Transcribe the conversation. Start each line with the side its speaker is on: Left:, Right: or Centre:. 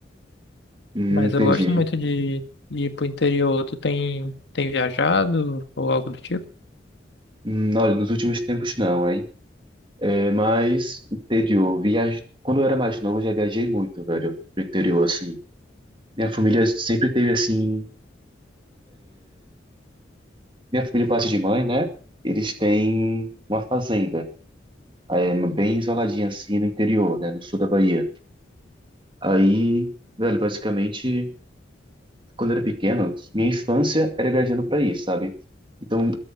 Right: Hum,
Left: Mas
Right: entendi.
Left: eu gosto muito de, de ir pro interior. Tu tem, tem viajado ou algo do tipo?
Right: Hum, olha, nos últimos tempos não, hein? É, mas, interior, viagem... Quando eu era mais novo, eu já viajei muito, velho, pro interior, assim. Minha família sempre teve, assim... Minha família, por parte de mãe, né? Eles têm uma fazenda, é, bem isoladinha, assim, no interior, né? No sul da Bahia. Aí, velho, basicamente, quando eu era pequeno, minha infância era viajando pra ir, sabe? Então,